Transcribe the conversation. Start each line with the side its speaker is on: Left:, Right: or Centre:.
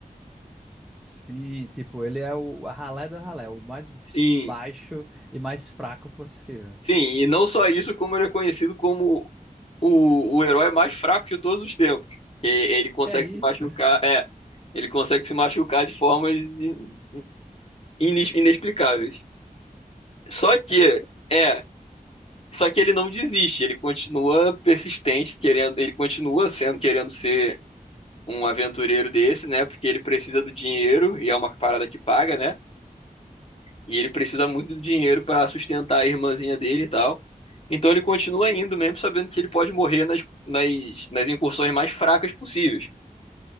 Centre: Sim, tipo, ele é o a ralé do ralé, o mais
Left: Sim,
Centre: baixo e mais fraco possível.
Left: sim, e não só isso, como ele é conhecido como o, o herói mais fraco de todos os tempos. E- ele consegue
Centre: Que é isso?
Left: se machucar, é, ele consegue se machucar de formas in- inex- inexplicáveis. Só que, é, só que ele não desiste, ele continua persistente, querendo, ele continua sendo, querendo ser um aventureiro desse, né? Porque ele precisa do dinheiro e é uma parada que paga, né? E ele precisa muito do dinheiro para sustentar a irmãzinha dele e tal. Então ele continua indo, mesmo sabendo que ele pode morrer nas, nas, nas incursões mais fracas possíveis.